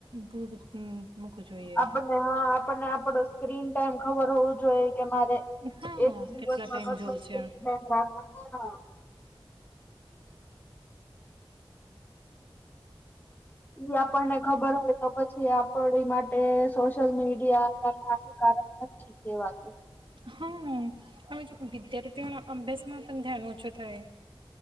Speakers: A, on the right (about 60°); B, on the left (about 20°).
A: દૂધ મૂકવું જોઈએ.
B: આપણને હા, આપણને આપડો સ્ક્રીન ટાઈમ ખબર હોવુજ જોયે, કે મારે
A: હા
B: એક દિવશ
A: કેટલા ટાઈમ
B: મા કેટલો
A: જોવું છે
B: સ્ક્રીન ટાઇમ રાખવો જોઈએ ઈ આપણ ને... ખબર હોય, તો પછી આપડી માટે સોશિયલ મીડિયા કારણ નથી. કેવાતું
A: હને <unintelligible> વિદ્યાર્થીઓના અભ્યાસમાં પણ ધ્યાન ઓછો થય